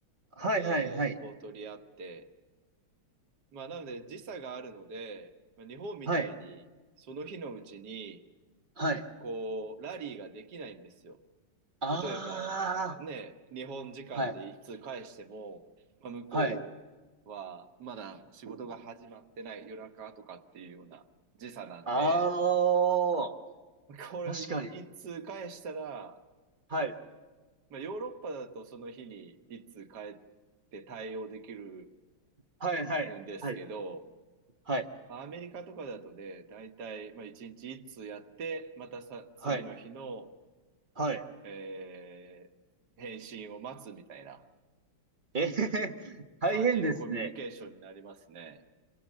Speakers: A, on the right; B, on the right.
A: はいはいはい。
B: えーこう取り合って、まあなので時差があるので、まあ、日本みたいにその日のうちに
A: はい。はい。
B: こうラリーができないんですよ。
A: あ
B: 例えばね、日本時間でいつ返しても、
A: あ。はい。
B: まあ、向こうはまだ仕事が始まってない夜中とかっていうような時差なんで、
A: はい。あ
B: これ一通返したら、
A: あ、確かに。はい。
B: まあ、ヨーロッパだとその日に一通返って対応できる
A: はい、はい、
B: んですけど、
A: はい、はい、
B: まあ、アメリカとかだとね、大体、まあ、一日一通やって、またさ、次の日の、
A: はい、はい。
B: えー返信を待つみたいな
A: えへへ、大変ですね。
B: 感じのコミュニケーションになりますね。